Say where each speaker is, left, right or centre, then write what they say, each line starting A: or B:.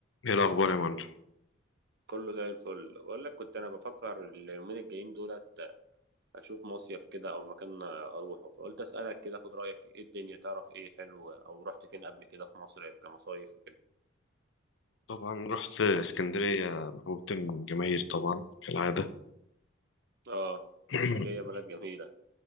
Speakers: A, on the left; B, on the right.
A: ايه الاخبار يا معلم
B: كله زي الفل بقول لك كنت انا بفكر اليومين الجايين دولت اشوف مصيف كده او مكان اروحه فقلت اسالك كده خد رايك ايه الدنيا تعرف ايه حلو او رحت فين قبل كده في مصر كمصايف وكده
A: طبعا رحت اسكندريه محبوبة الجماهير طبعا كالعاده
B: اه
A: <clears throat>
B: اسكندريه بلد جميله